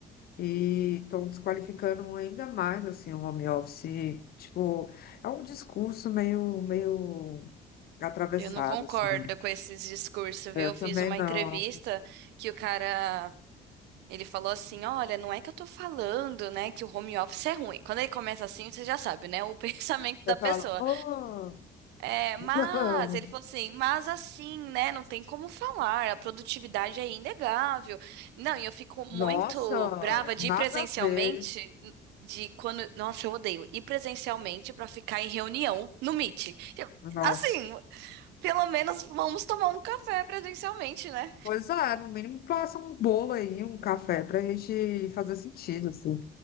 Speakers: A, on the left; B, on the right.
A: e estou desqualificando ainda mais, assim, o home office. Tipo, é um discurso meio, meio atravessado,
B: Eu não concordo
A: assim.
B: com esses discursos,
A: Eu
B: viu? Eu
A: também
B: fiz uma
A: não.
B: entrevista que o cara Ele falou assim: Olha, não é que eu tô falando, né, que o home office é ruim. Quando ele começa assim, você já sabe, né, o <laughs> pensamento
A: Você
B: da
A: fala,
B: pessoa.
A: oh,
B: É, mas,
A: <laughs>
B: ele falou assim: Mas assim, né, não tem como falar, a produtividade é inegável. Não, e eu fico muito
A: nossa,
B: brava de
A: nada
B: ir presencialmente.
A: a ver.
B: De quando. Nossa, eu odeio ir presencialmente pra ficar em reunião no Meet. Eu-
A: Nossa.
B: assim, pelo menos vamos tomar um café presencialmente, né?
A: Pois é, no mínimo passa um bolo aí, um café, pra gente fazer sentido, assim.